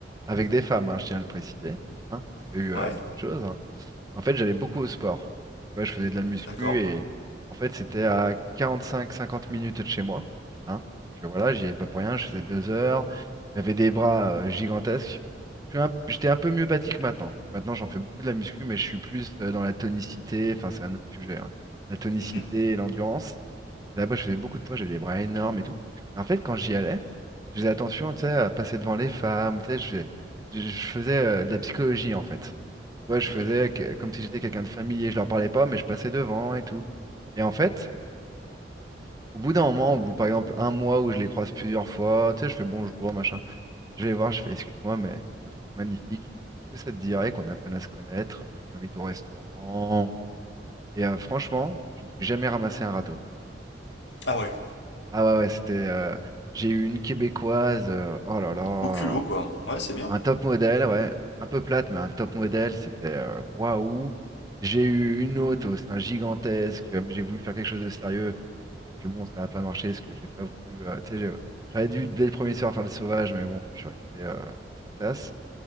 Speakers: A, on the right; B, on the left.
A: avec des femmes, hein, je tiens à le préciser. hein. Il n'y a pas
B: <laughs>
A: eu euh,
B: Ouais,
A: d'autres choses. hein. En fait, j'allais beaucoup au sport. Tu vois, je faisais de la muscu
B: d'accord.
A: et en fait, c'était à 45-50 minutes de chez moi. hein. Donc euh, voilà, j'y allais pas pour rien. Je faisais deux heures. J'avais des bras euh, gigantesques. Je suis un- J'étais un peu mieux bâti que maintenant. Maintenant, j'en fais beaucoup de la muscu, mais je suis plus euh, dans la tonicité. Enfin, c'est un autre sujet. hein. La tonicité
B: Mhm,
A: et l'endurance. Et Là-bas, je faisais beaucoup de poids. J'avais des bras énormes et tout. Et en fait, quand j'y allais, je faisais attention, tu sais, à passer devant les femmes. Tu sais, je fais- je- je faisais euh, de la psychologie en fait. Tu vois, je
B: mhm.
A: faisais que- comme si j'étais quelqu'un de familier, je leur parlais pas, mais je passais devant et tout. Et en fait, au bout d'un moment, au bout par exemple un mois où je les croise plusieurs fois, tu sais, je fais bonjour, machin. Je vais les voir, je fais excuse-moi, mais je te trouve magnifique. Est-ce que ça te dirait qu'on apprenne à se connaître? Je t'invite au restaurant. Et euh, franchement, je me suis jamais ramassé un râteau.
B: Ah ouais,
A: Ah ouais, ouais, c'était. euh, j'ai eu une Québécoise. euh, oh là là.
B: au culot quoi. Ouais, c'est bien.
A: Un top modèle, ouais. Un peu plate, mais un top modèle, c'était euh, waouh. J'ai eu une autre au sein gigantesque. euh, mais J'ai voulu faire quelque chose de sérieux. Puis bon, ça n'a pas marché parce que j'ai pas voulu. euh, tu sais, j'ai- j'aurais dû dès le premier soir faire le sauvage, mais bon, je suis resté euh, assez classe.